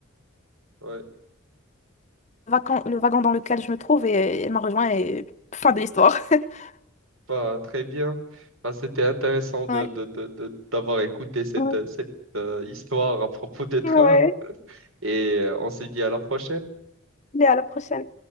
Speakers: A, on the right; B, on the left.
A: Ouais,
B: vacan- le wagon dans lequel je me trouve et euh, elle m'a rejoint et fin de l'histoire. <laughs>
A: bah, très bien. Bah, c'était intéressant de,
B: Ouais.
A: de- de- de- d'avoir écouté cette,
B: Ouais.
A: cette euh, histoire à propos des trains.
B: Ouais.
A: Et euh, on se dit à la prochaine.
B: Allez, à la prochaine.